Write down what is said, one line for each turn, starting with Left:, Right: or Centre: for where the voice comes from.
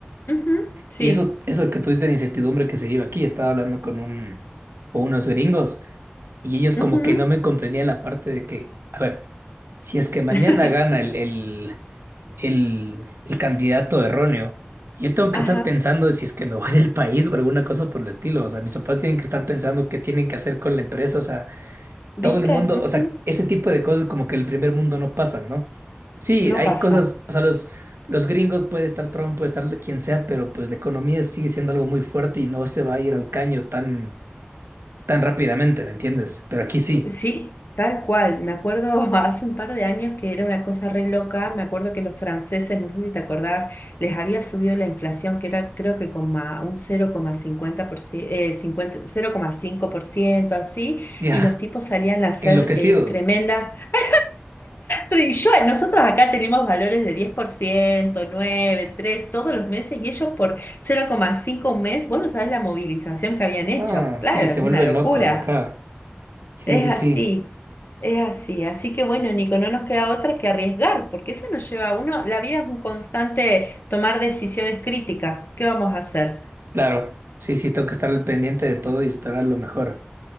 Left: Ujú, sí,
Right: Y eso, eso que tuviste la incertidumbre que se iba aquí, estaba hablando con un, con unos gringos y ellos
Left: ujú,
Right: como que no me comprendían la parte de que, a ver, si es que mañana
Left: <laughs>
Right: gana el, el el, el candidato erróneo. Yo tengo que
Left: Ajá,
Right: estar pensando si es que me voy <laughs> del país o alguna cosa por el estilo. O sea, mis papás tienen que estar pensando qué tienen que hacer con la empresa. O sea,
Left: ¿viste?
Right: todo el mundo,
Left: Ujú,
Right: o sea, ese tipo de cosas como que en el primer mundo no pasan, ¿no? Sí,
Left: No
Right: hay
Left: pasa.
Right: cosas, o sea, los, los gringos puede estar Trump, puede estar quien sea, pero pues la economía sigue siendo algo muy fuerte y no se va a ir al caño tan, tan rápidamente, ¿me entiendes? Pero aquí sí,
Left: Sí, tal cual. Me acuerdo <laughs> hace un par de años que era una cosa re loca. Me acuerdo que los franceses, no sé si te acordabas, les había subido la inflación, que era creo que con a un 0,50%, eh, cincuenta cero coma cinco por ciento, así,
Right: ya,
Left: y los tipos salían a hacer
Right: enloquecidos.
Left: eh, tremenda. <laughs> Y yo, nosotros acá tenemos valores de 10%, 9, 3, todos los meses, y ellos por 0,5 un mes, vos no sabés la movilización que habían hecho.
Right: Ah,
Left: Claro,
Right: sí, se vuelven
Left: una locura.
Right: locos, ajá. Sí,
Left: Es
Right: sí,
Left: así,
Right: sí.
Left: es así. Así que bueno, Nico, no nos queda otra que arriesgar, porque eso nos lleva a uno, la vida es un constante tomar decisiones críticas. ¿Qué vamos a hacer?
Right: Claro, sí, sí, tengo que estar al pendiente de todo y esperar lo mejor.